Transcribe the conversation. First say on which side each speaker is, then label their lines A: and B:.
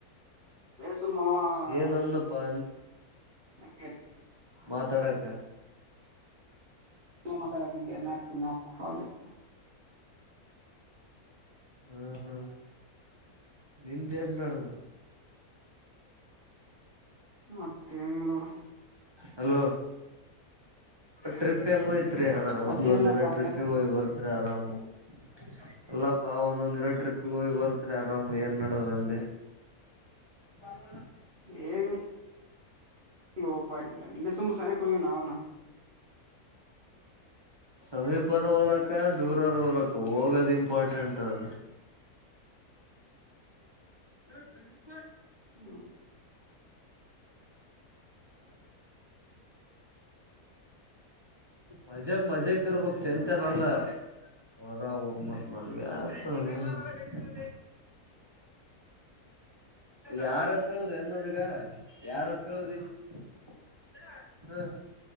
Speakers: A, on the right; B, on the right.
A: ಹೇ ಸುಮನ್ರೋಗವಾ,
B: ಏನಂದಪ್ಪಾ
A: ಹ. <unintelligible>
B: ಮಾತಾಡಕ್ಕ? <inaudible>
A: ಹ, ಮಾತಾಡಕಂಗೆ! ನಾಲ್ಕು, ನಾಲ್ಕು, ಹಾಲ್. <inaudible>
B: ಹ್ಮ್, ಹ್ಮ್. <unintelligible> ನಿಂದು, ಏನು, ನಡದು? <inaudible>
A: ಮತ್ತೇನಿಲ್ಲ. <inaudible>
B: Hello, trip ಹೆಂಗಯ್ತು? <inaudible> ತ್ರಿ, ಹಣ
A: ಮತ್ತೇನಿಲ್ಲಪ್ಪಾ
B: ಒಂದೊಂದು, ದಿನ ಟ್ರಿಪ್ಪಿಗೆ
A: ಅಂದೆ
B: ಹೋಗಿ ಬರ್ತ್ರಿ, ಯಾರೋಬಾರು. <inaudible> ಅಲ್ಲಪ್ಪಾ, ಒಂದೊಂದ್, ದಿನ ಟ್ರಿಪ್ಗೆ, ಹೋಗಿ ಬರುತ್ರಿ! ಆರಾಮ್ ಏನ್ ನಡದ ಅಂದಿ. <inaudible> <unintelligible> <inaudible>
A: ಏನು? <unintelligible> ಲೋ, ಪಾಯ, ಮಿಸ್ ಮುಸನೆ ಕೊ ನಾವನು. <inaudible>
B: ಸಮೀಪರ, ಲೆಕ್ಕಾ, ದೂರರು, ಲೆಕ್ಕ ಹೋಗೋದು! ಇಂಪಾರ್ಟೆಂಟ್? <inaudible> ಹ. <inaudible> <unintelligible> <inaudible> ಆ.. <unintelligible>
A: ಹ್ಮ್
B: ಮಜಾಕ್, ಮಜ್ಜಾಕ್, ಇರ್ಬೇಕಕ್, ಚೇತನಾಳ್ಲ. <unintelligible> ಹೊರ, ಒಮ್ಮತ್, ನನಗೆ, ಯಾಕದು. <inaudible> ಯಾರತ್ರ, ಹೇಳುದ, ಎನ್ನ್ಗ, ಯಾರುವತರಹೇಲಿ. <unintelligible> ಹ್ಮ..